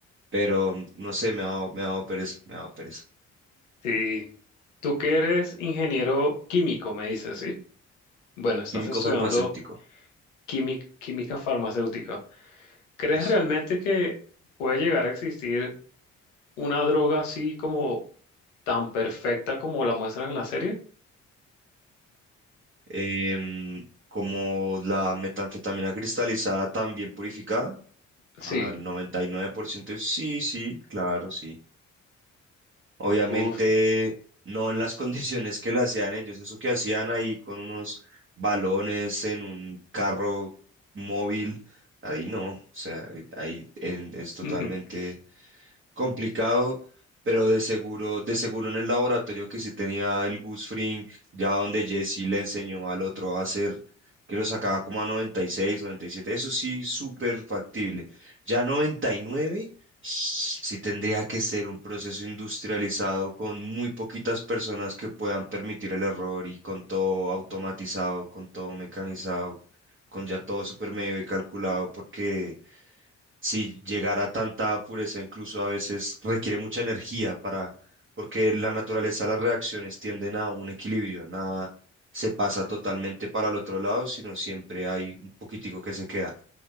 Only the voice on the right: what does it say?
pero no sé, me ha dado, me ha dado pereza, me ha dado pereza.
Químico
farmacéutico,
eso.
Em, como la metanfetamina cristalizada, también purificada,
al 99%, sí, sí, claro, sí. Obviamente
no en las <laughs> condiciones que la hacían ellos, eso que hacían ahí con unos balones en un carro móvil, ahí no, o sea, ahí en- es totalmente
complicado, pero de seguro, de seguro en el laboratorio que sí tenía el Gus Fring, ya donde Jesse le enseñó al otro a hacer, que lo sacaba como a 96, 97, eso sí, súper factible. Ya 99, sí tendría que ser un proceso industrializado con muy poquitas personas que puedan permitir el error y con todo automatizado, con todo mecanizado, con ya todo súper medio y calculado, porque si llegar a tanta pureza, incluso a veces requiere mucha energía para, porque la naturaleza, de las reacciones tienden a un equilibrio, nada se pasa totalmente para el otro lado, sino siempre hay un poquitico que se queda.